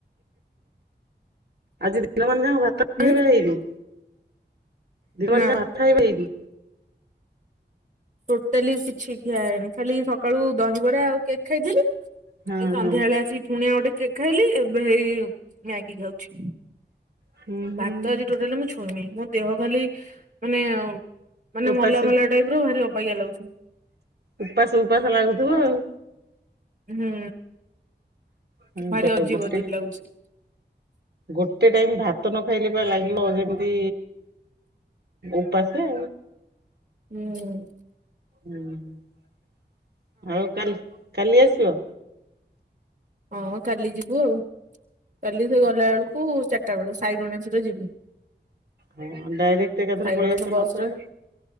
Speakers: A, on the right; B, on the right.
A: ଆଜି ଦିନ ମନା ଯାହା ଭାତ
B: ହୁଁ
A: ରହିବା ହେଇନି। ଜୀବନ
B: ନା
A: ଯଥା ହେବେବି
B: ଟୋଟାଲି କିଛି ଖିଆ ହେଇନି ଖାଲି ସକାଳୁ ଦହିବରା ଆଉ କେକ୍ ଖାଇଥିଲୁ
A: ହଁ
B: ଏ ସନ୍ଧ୍ୟା
A: ହଁ।
B: ବେଳେ ଆସିକି ପୁଣିଆ ଗୋଟେ ଖାଇଲି ଏବେ ମ୍ୟାଗି ଖାଉଛି।
A: ହୁଁ ହୁଁ
B: ଭାତ ଆଜି ଟୋଟାଲି ମୁ ଛୁଇ ନି ଦେହ ଖାଲି ମାନେ ମାନେ
A: ଉପାସ
B: ମଲା ମଲା ଟାଇପ ର ଭାରି ଅବାଗିଆ ଲାଗୁଛି।
A: ଉପାସ ଉପାସ ଲାଗୁଥିବ ଆଉ।
B: ହୁଁ
A: ହଁ
B: ଭାରି
A: ତ
B: ଅଜିବ
A: ଗୋଟେ
B: ଅଜିବ ଲାଗଛି।
A: ଗୋଟେ ଟାଇମ ଭାତ ନ ଖାଇଲେ ବା ଲାଗିବ ଯେମିତି ଉପାସ
B: ହୁଁ।
A: ହୁଁ ଆଉ କାଲି କାଲି ଆସିବ।
B: ହଁ କାଲି ଯିବୁ ଆଉ କାଲି ସେ ଗଲା ବେଳକୁ ଚାରିଟା ବେଳ ସାଇ ଗଣେଶର ଯିବୁ
A: ହଁ ଡାଇରେକ୍ଟ ଏକାଥର
B: ସାଇ
A: ପଳେଇ
B: ଗଣେଶ
A: ଆସ
B: ବସ
A: ନ
B: ରେ